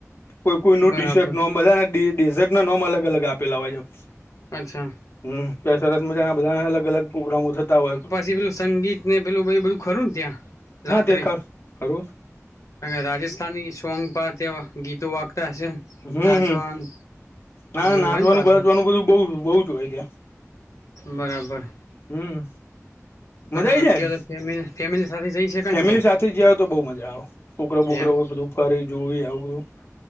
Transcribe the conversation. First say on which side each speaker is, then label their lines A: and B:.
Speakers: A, on the left; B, on the left.
A: કોઈ કોઈ નું
B: બરાબર
A: ડી શર્ટ નોમ બધાના ડી ડેઝર્ટ ના નોમ અલગ અલગ આપેલા હોયછ.
B: અચ્છા.
A: હમ કે સરસ મજાના બધા અલગ અલગ પ્રોગ્રામો થતા હોય.
B: જે પેલું સંગીત ને પેલું બધુ બધું ખરું ને ત્યાં રાત્રે
A: હા તે ખરું
B: અને રાજસ્થાની સોંગ પા ત્યાં ગીતો વાગતા હશે.
A: હમ
B: નાચવાનું
A: હમ ના
B: એ બધું
A: નાચવાનું
B: હોય ને પાછું
A: બાચવાનું બધું બઉ બઉ જ હોય ત્યાં.
B: બરાબર.
A: હમ મજા
B: તો તો
A: આઈ
B: અત્યારે
A: જાય એમ.
B: ફેમિ ફેમિલી સાથે જઈ શકાય
A: ફેમિલી
B: ને ત્યાં
A: સાથે જાઓ તો બઉુ મજા આવે છોકરાઓ બોકરાઓ
B: એમ
A: બધું કરી જોવી આવું બધું.